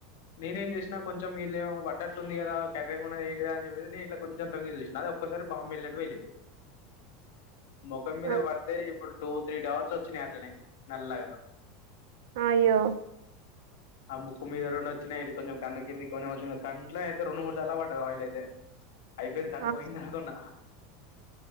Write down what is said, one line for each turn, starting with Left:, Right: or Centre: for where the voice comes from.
Left: నేనేం ఏంజేసినా కొంచెం ఇళ్ళఏమో పడ్డట్టుంది కదా కర్ర గా ఉన్నది ఏంటిదనీ చెప్పేసి నేను ఇట్లా కొంచం తొంగి సుషిన అది ఒక్కా క్కసారి బాంబు బెలినట్టు బేళ్ళింది. ముఖం మీద
Right: ఆ
Left: పడితే ఇప్పుడు టూ త్రీ డాట్స్ చ్చినయట్లనే నల్లగా
Right: అయ్యో
Left: ఆ ముక్కు మీద రెండు వచ్చినాయి. ఇటు కొంచం కన్న కింది కొనీ వచ్చింది. కంట్లో అయితే రెండు మూడు సల్లా పడ్డది ఆయిల్ అయి అయిపెంది కన్ను
Right: ఆహా
Left: ఓయ్యింది అనుకున్నా